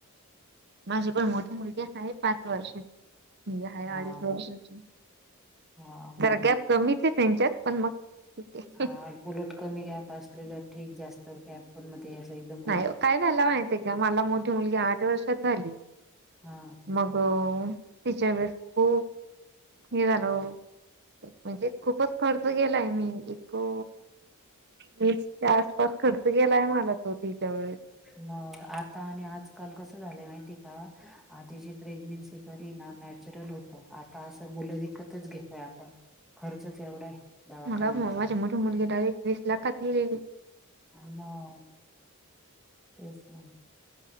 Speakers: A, on the right; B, in the centre.
A: माझी पण मोठी मुलगी स आहे पाच वर्षाची, मुलगा आहे
B: हा
A: अडीच वर्षाचा.
B: हा
A: जरा गॅप कमीच आहे त्यांच्यात पण मग ठीक आहे
B: हा उलट कमी गॅप असलेल ठीक जास्त गॅप पण मध्ये एकम.
A: नाही काय झालं माहितीय, का मला मोठी मुलगी आठ वर्षात झाली.
B: हा
A: मग तिच्या हे खूप हे झालं हो. म्हणजे खूपच खर्च केलाय मी हो वीसच्या आस पास खर्च केलाय मला तो तिच्या वेळेस.
B: म आता आणि आजकाल कसं झालंय माहिती का, आधीची प्रेग्नेन्सी तरी ना, नॅचरल होतं आता असं मुलं विकतच घेतोय आपण. खर्च च एवढा आहे दवाखान्यांचा.
A: मला माझी मोठी मुलगी डारेक्ट वीस लाखात गेलेली <unintelligible>
B: आत म <unintelligible> तेस ना,